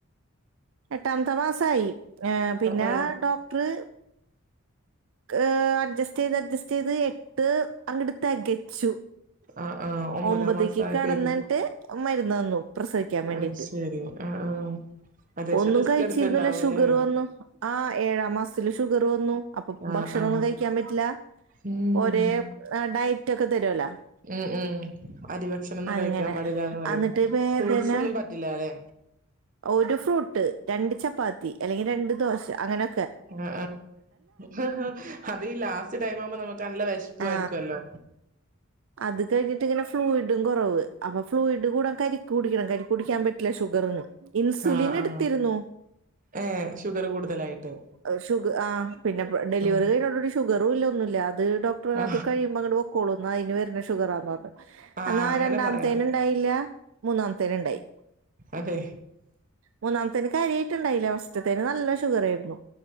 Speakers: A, on the right; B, on the right.
A: എട്ടാമത്തെ മാസായി പിന്നെ
B: ആ
A: ഡോക്ടറ് ക്ക് അഡ്ജസ് ചെയ്ത് അഡ്ജസ്റ്റ് ചെയ്ത് എട്ട് അങ്ങട് തെകച്ചു
B: ആ ആ ഒമ്പതാം
A: ഒമ്പതേക്ക്
B: മാസം ആയപ്പോഴേക്കും
A: കടന്നിട്ട് മരുന്ന് തന്നു പ്രസവിക്കാൻ വേണ്ടിട്ട്
B: അത് ശരി ആ ആ അത്യാവശ്യം
A: ഒന്നും
B: റിസ്ക്
A: കഴിച്ചിരുന്നില്ല
B: എടുത്തിണ്ടാവൂല്ലേ
A: ഷുഗറ് വന്നു ആ ഏഴാം മാസത്തില് ഷുഗറ് വന്നു
B: ആ
A: ഭക്ഷണൊന്നും
B: ആ
A: കഴിക്കാൻ പറ്റില്ല
B: ഉം
A: ഒരേ ആ ഡയ റ്റൊക്കെ തരൊല്ലോ
B: ഉം ഉം അരിഭക്ഷണം ഒന്നും
A: അങ്ങനെ
B: കഴിക്കാൻ പാടില്ലാന്ന് പറയുന്നു
A: അന്നിട്ട് വേദന
B: ഫ്രൂട്ട്സ് ഒന്നും പറ്റില്ല അല്ലെ
A: ഒരു ഫ്രൂട്ട് രണ്ട് ചപ്പാത്തി അല്ലെങ്കിൽ രണ്ട് ദോശ അങ്ങനെ
B: ഹാ ഹാ അത് ഈ ലാസ്റ്റ് ടൈം ആവുമ്പോ നമ ക്ക് നല്ല വിശപ്പു
A: ആ
B: ആയിരിക്കല്ലോ
A: അത് കഴിഞ്ഞിട്ട് ഇങ്ങനെ ഫ്ലൂയിഡും കൊറവ് അപ്പൊ ഫ്ലൂയിഡ് കൂടാൻ കരിക്ക് കുടിക്കണം കരിക്ക് കുടിക്കാൻ പറ്റില്ല ഷുഗർന് ഇൻസുലിൻ
B: ആ
A: എടുത്തിരുന്നു
B: ആ ഏ ഷുഗർ കൂടുതലായിട്ട്
A: ഉ ഷുഗ് ആ പിന്നെ ഡെലിവറി
B: ആ
A: കഴിഞ്ഞോടൂടി ഷുഗറു ഇല്ല ഒന്നുല്ല അത് ഡോക്ടർ
B: ആ
A: അത് കഴിയുമ്പോ അങ്ങട്ട് പൊക്കോളുന്ന് ന്നയ്നു പിന്നെ ഷുഗർ ആ <unintelligible>
B: ആ
A: എന്നാ
B: അങ്ങനെ
A: രണ്ടാമത്തേന്ണ്ടായില്ല
B: പറയാറുണ്ട്
A: മൂന്നാമത്തേന്ണ്ടായി
B: അതെ
A: മൂന്നാമത്തേന് കാര്യായിട്ടിണ്ടായില്ല സ്റ്റ്ത്തെന് നല്ല ഷുഗർ ഏര്ന്നു